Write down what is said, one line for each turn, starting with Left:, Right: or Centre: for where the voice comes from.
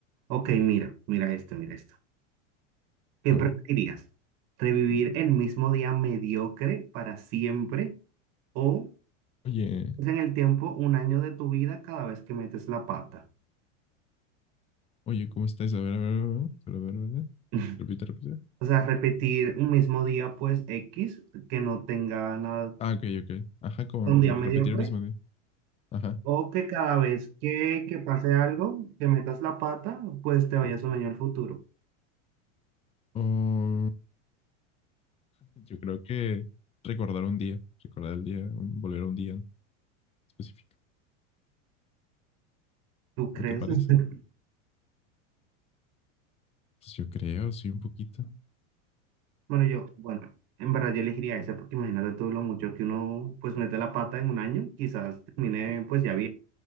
Right: ok, mira, mira esto, mira esto. ¿Qué
Left: a
Right: preferirías?
Left: ver.
Right: ¿Revivir el mismo día mediocre para siempre o
Left: Oye,
Right: es en el tiempo un año de tu vida cada vez que metes la pata?
Left: oye, ¿cómo estáis? A ver, a ver, a ver, solo a ver, ¿verdad?
Right: <laughs>
Left: Repite, repite.
Right: O sea, repetir un mismo día, pues X, que no tenga nada,
Left: Ah, ok, ok. Ajá, como
Right: un
Left: yo
Right: día mediocre,
Left: que repetir el mismo día. Ajá.
Right: o que cada vez que, que pase algo, que metas la pata, pues te vayas un año al futuro.
Left: Oh, yo creo que recordar un día, recordar el día, un- volver a un día específico.
Right: ¿Tú crees?
Left: ¿No te parece?
Right: <laughs>
Left: Pues yo creo, sí, un poquito.
Right: Bueno, yo, bueno, en verdad yo elegiría ese porque imagínate tú lo mucho que uno pues mete la pata en un año, quizás termine pues ya bien.